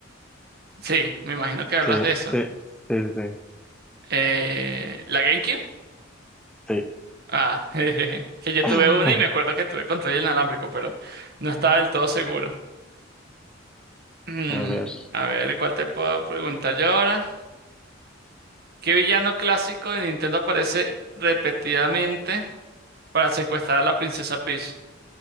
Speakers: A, on the right; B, in the centre.
A: Sí, me imagino que hablas
B: Sí,
A: de eso.
B: sí, sí, sí,
A: Eh, ¿la GameCube?
B: sí.
A: Ah, <laughs> jejeje. Que yo
B: <laughs>
A: tuve una y me acuerdo que tuve control inalámbrico, pero no estaba del todo seguro. Mm,
B: A ver,
A: a ver, ¿cuál te puedo preguntar yo ahora? ¿Qué villano clásico de Nintendo aparece repetidamente para secuestrar a la princesa Peach?